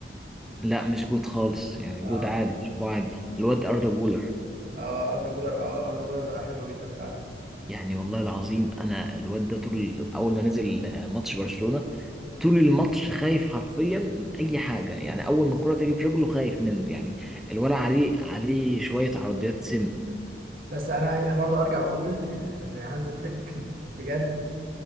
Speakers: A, in the centre; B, on the right.
A: لا مش جود خالص يعني
B: اه
A: جود عادي مش جود عادي الواد اردا جولر
B: اه اردا جولر اه اردا جولر بقى حلو جدا فعلا
A: يعني والله العظيم انا الواد ده طول اول ما نزل آه، ماتش برشلونه طول الماتش خايف حرفيا من اي حاجه يعني اول ما الكره تيجي في رجله خايف منه يعني الولع عليه عليه شويه عرضيات سم
B: بس انا انا برضه ارجع بقول ان هانز فليك بجد